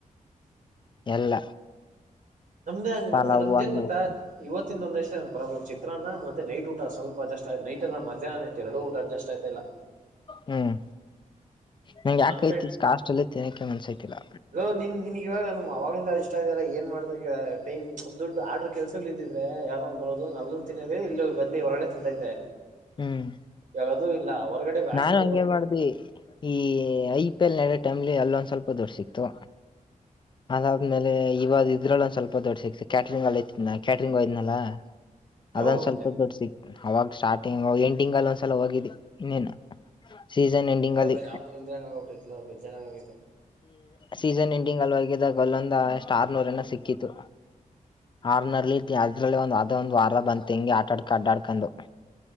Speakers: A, on the right; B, on the left.
A: <inaudible>
B: ಎಲ್ಲ
A: ನಮ್ದ ಹಂಗಂಗ
B: ಪಲಾವು
A: ನಮ್ದೇಏನ್
B: ವಾಂಗಿಬಾತು
A: ಗೊತ್ತಾ. ಇವತ್ತಿಂದ ಒಂದೆಷ್ಟು ಪ್ರಾಬ್ಲಮ್ ಚಿತ್ರಾನ್ನ ಮತ್ತೆ ನೈಟ್ ಊಟ ಸ್ವಲ್ಪ ಅಜಸ್ಟ್ ನೈಟೆ ಮಧ್ಯಾಹ್ನನೆ ಎರಡು ಊಟ ಅಡ್ಜಸ್ಟ್ ಆಯ್ತಯಿಲ್ಲ.
B: ಹ್ಮ್ ನಂಗೆ
A: ನನ್
B: ಯಾಕೈತಿ ಕಾಸ್ಲ್ ತಿನಕ್ಕೆ ಮನ್ಸೈತಿಲ್ಲ
A: ಹಲೋ ನಿನ್ ನಿನ್ಗೆ ಇವಾಗ ನಗೆ ಆವಾಗಿಂದ ಅ ಇಷ್ಟ ಆಲ್ಲ ಏನ್ ಮಾಡಕ್ಕೆ ಟೈಮ್ ದುಡ್ಡು ಆರ್ಡ್ರ ಕೆಲ್ಸಗಳ್ ಇದ್ದಿದ್ರೆ ಯಾವ್ದ ಒಂದು ಬರೋದ ಆದುನು ತಿನ್ನ್ರ ಇಲ್ಲಿ ಬಂದುಿ ಹೊರಗಡೆ ತಿಂತಯಿದ್ದೆ.
B: ಹ್ಮ್
A: ಇವಾಗದು ಇಲ್ಲ ಹೊರಗಡೆ ಹಾಸ್ಟೆಲ್
B: ನಾನು
A: ಇದೆ
B: ಹಂಗೆ
A: ಹೊರಗ
B: ಮಾಡ್ದ ಈ ಐ ಪಿ ಎಲ್ ನಡಯೋ ಟೈಮ್ಲಿ ಅಲ್ಲೊಂದ್ ಸ್ವಲ್ಪ ದೊಡ್ ಸಿಕ್ತು. ಅದಾದ್ಮೇಲೆ ಇವಾಗ ಇದ್ರಲ್ಲ ಒಂದ್ ಸ್ವಲ್ಪ ದೊಡ್ಡ ಸಿಕ್ತತಿ ಕ್ಯಾಟ್ರರಿಂಗ್ ಅಲ್ಲೈಐನ ಕ್ಯಾಟರಿಂಹೋಗಿದ್ನಲ್ಲ ನಾ
A: ಯಾವಾಗ
B: ಅದೊಂದು
A: ಹೋಗಿದ್ದೆ
B: ದ ಸ್ವಲ್ಪ ದೊಡ್ಡ ಸಿಕ್ ಅವಾಗ ಸ್ಟಾರ್ಟಿಂಗ್ ಎಂಟಿಂಗ್ ಅಲ್ಲಿ ಒಂದ್ಸಲ ಹೋಗಿದ್ದಿ ಇನ್ನೇನು ಸೀಸನ್
A: ನಾನ
B: ಎಂಡಿಂಗ್
A: <unintelligible>
B: ಅಲ್ಲಿ
A: ಯಾವ್ದ್ ಬಂದರಂಗ ಆಗಬಿಟ್ಟೈತ್ಲ ಬೆಜಾರಂಗ ಆಗೈತೆ
B: ಸೀಸನ್ ಎಂಡಿಂಗ್ ಅಲ್ವಾಗಿದ್ದಾಗ ಅಲ್ಲೊಂದ ಅಷ್ಟ ಆರ್ನೂರನ ಸಿಕ್ಕಿತ್ತು. ಆರನಲ್ಲಿ ಇದ ಅದ್ರಲ್ಲಿ ಒಂದು ಅದ ಒಂದು ವಾರ ಬಂತ ಹಿಂಗೆ ಆಟ ಆಡ್ಕೊಂಡು ಆಡ್ಡಾಡ್ಕಂಡು